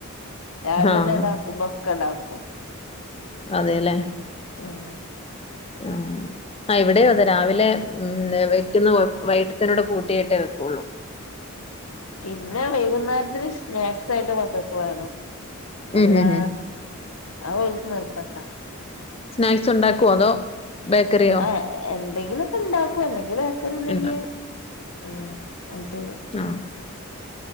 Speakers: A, on the left; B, on the left.
A: രാവിലെ
B: ആഹ്
A: തന്നെ ണ്ടാക്കുമ്പൊക്ക ണ്ടാക്കും.
B: അതെല്ലേ
A: ഉം
B: ആഹ് ആഹ് ഇവിടെ അതെ രാവിലെ ഉം വെക്കുന്ന വൈകിട്ടത്തിനോടെ കൂട്ടിയിട്ടേ വെക്കുള്ളു.
A: പിന്നെ വൈകുന്നേരത്തിന് സ്നാക്സ് ആയിട്ട് മക്കൾക്ക് വേണം.
B: ഉം
A: എല്ലാ
B: ഉം ഉം
A: അ ഓൽക്ക് നിർബന്ധാ
B: സ്നാക്സ് ഉണ്ടാക്കോ അതോ ബേക്കറിയോ
A: ആഹ് എന്തെങ്കിലും ഒക്കെ ഉണ്ടാക്കൂ അല്ലെങ്കിൽ ബേക്കറി എന്തെങ്കിലും
B: ഉണ്ടാക്കും
A: ഉം അത്.
B: ആഹ്